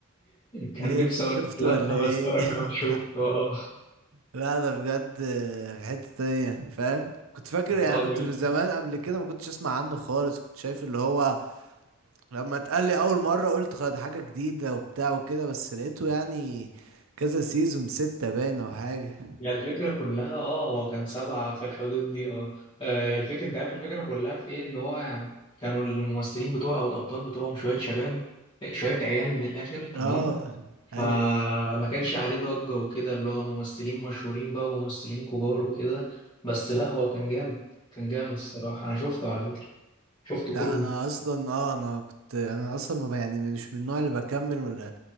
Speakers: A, on the left (about 25°); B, on the right (about 85°).
A: كان
B: ايه
A: نفسي
B: انت
A: اقول
B: شفته
A: لك لا
B: ولا
A: بس
B: ايه
A: انا
B: <laughs>
A: كمان شفته اه
B: لا ده بجد آه، في حتة تانية فاهم كنت فاكر يعني
A: اه
B: كنت
A: جميل
B: في زمان قبل كده ما كنتش اسمع عنه خالص كنت شايف اللي هو لما اتقال لي اول مره قلت خد حاجه جديده وبتاع وكده بس لقيته يعني كذا سيزون ستة باينه وحاجه
A: يعني الفكره كلها اه هو كان سبعه في الحدود دي اه اه، الفكره انت عارف الفكره كلها في ايه ان هو يعني كانوا الممثلين بتوعه او الابطال بتوعهم شويه شباب شويه عيال من الاخر تمام
B: اه
A: فما
B: ايوه
A: كانش عليه ضجة وكده اللي هو ممثلين مشهورين بقى وممثلين كبار وكده بس لا هو كان جامد كان جامد الصراحة أنا شفته على فكرة شفته
B: ده
A: كله
B: انا اصلا اه انا كنت انا اصلا ما ب- يعني مش من النوع اللي بكمل ولا